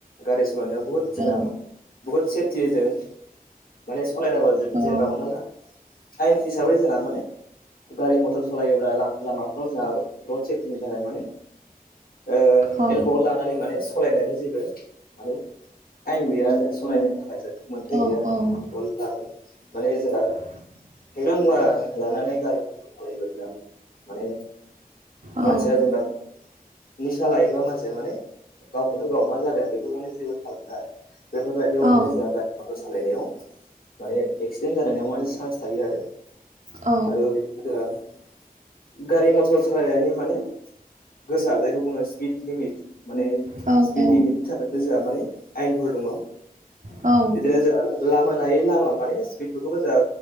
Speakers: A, on the left; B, on the right.
A: गारि सालायनायाव बुहुद जोंना
B: औ
A: मा बुहुत सेफटि जों माने सलायनांगौ आरो जों
B: औ
A: जेनेबा हमनाला आयेन हिसाबै जोंहा माने गारि मथर सालायोब्ला ला-लामाफ्राव जोंहा रड सेफटिनि थाखाय माने ओ
B: औ
A: एलक लानानै माने सालायनानै जेबो माने आयेन गैया आरो सलायनो थाखाय जों मोनथाय
B: औ
A: गैया
B: औ
A: आरो एलकहल लानानै माने जोंहा
B: <inaudible>
A: फेग्रा मुवा लानानै गारि मथर' सालायोब्ला जोंहा माने
B: औ
A: मानसिया जेनेबा निसा लायोबा मा सिया माने गावखौनो गाव मा जादों बेखौ माने जेबो थाल मोना आरो। बेफोरबायदियाव माने
B: औ
A: जोंहा <unintelligible> सालायनायाव माने एक्सिडेन्ट जानायाव माने सिन्स थायो आरो।
B: औ
A: आरो बि <unintelligible> गारि मथर सालायनायनि माने गोसा जायखौ बुङो स्पिड लिमिट माने
B: औ
A: स्पिड लिमिटनि थाखायबो जोंहा माने आयेनफोर दङ।
B: औ औ
A: इदिनो जोंहा लामा लायै लामा माने स्पिडफोरखौबो जोंहा